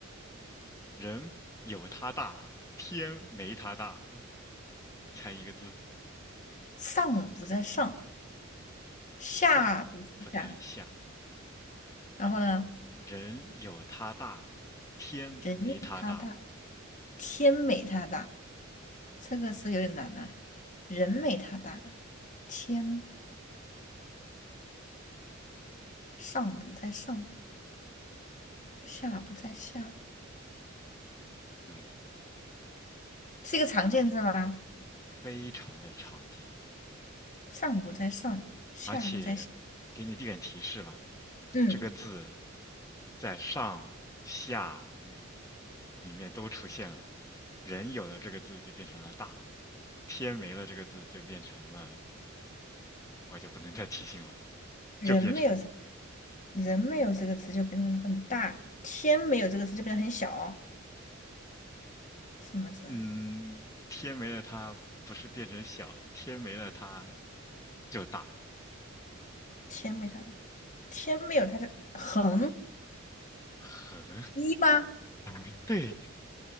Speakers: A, on the left (about 15°); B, on the left (about 40°).
A: 人有他大，天没他大，猜一个字，
B: 上不在上。下不是下，
A: 下不在下。
B: 然后呢，
A: 人有它大，天没它大，
B: 人美他大，天美他大，这个词有点难呢、人美他大，天上不在上，下不在下，
A: 对，
B: 是一个常见字吗？
A: 非常的常见。
B: 上不在上，下不在下。
A: 而且给你点提示吧，
B: 嗯，
A: 这个字在上下里面都出现了。人有了这个字就变成了大，天没了这个字就变成了，我就不能再提醒了，
B: 人没有这，
A: 就变成，
B: 人没有这个词就变得很大，天没有这个词就变得很小。什么字啊？
A: 嗯，天没了它不是变成小，天没了它就大，
B: 天没它，天没有它的横
A: 很，
B: 一吗？
A: <laughs> 哎，对。